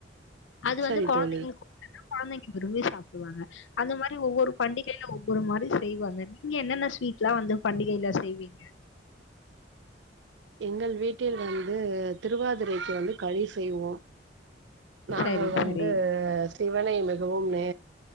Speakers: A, on the left; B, on the right.
A: அது வந்து
B: சரி
A: கொழந்தைங்களுக்கு
B: தோழி
A: <unintelligible> கொழந்தைங்க விரும்பி சாப்புடுவாங்க இந்த மாரி ஒவ்வொரு பண்டிகைல ஒவ்வொரு மாரி செய்வாங் க நீங்க என்னென்ன ஸ்வீ ட்லா வந்து பண்டிகைல செய்வீங்க <inaudible>
B: எங்கள் வீட்டில் வந்து திருவாதுரைக்கு வந்து களி செய்வோ நாங்கள்
A: சரி,
B: வந்து
A: சரி.
B: சிவனை மிகவும் நே